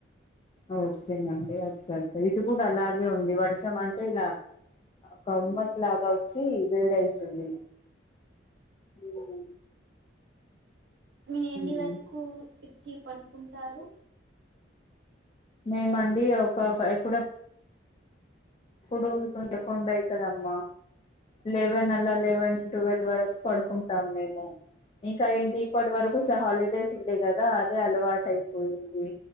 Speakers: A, on the left (about 30°); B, on the right (about 75°).
A: ఓకేనండి అచ్చ అచ్చా ఇటు కూడా అలాగే ఉంది వర్షం అంటే ఇలా కమ్మస్లాగా వచ్చి వేడవుతుంది. హ్
B: మీరు ఎన్ని
A: ఉమ్
B: వరకు ఇక్కి పండుకుంటారు.
A: మేముండి ఒక ఫై ఇప్పుడు పొడువు చూస్తూంటే పదకొండు అయితదమ్మా లెవన్ ఇల్లా లెవెన్ ట్వెల్వ్ వరకు పడుకుంటాం మేము. ఇంకా ఏంటి ఇప్పటి వరకు స హాలిడేస్ ఉండే కదా అదే అలవాటు అయిపోయింది.